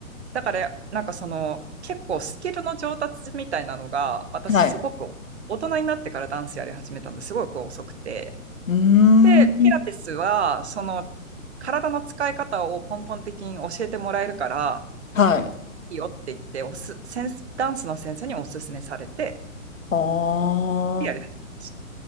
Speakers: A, on the right; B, on the left.
A: だから、なんかその、結構スキルの上達みたいなのが、私すごく大人になってからダンスやり始めたんですごいこう遅くて、
B: はい。うーん。
A: で、ピラティスは、その、体の使い方を根本的に教えてもらえるから、
B: はい。
A: いいよって言って、おす、先生ダンスの先生にお勧めされて、
B: ああ、
A: やり始めまし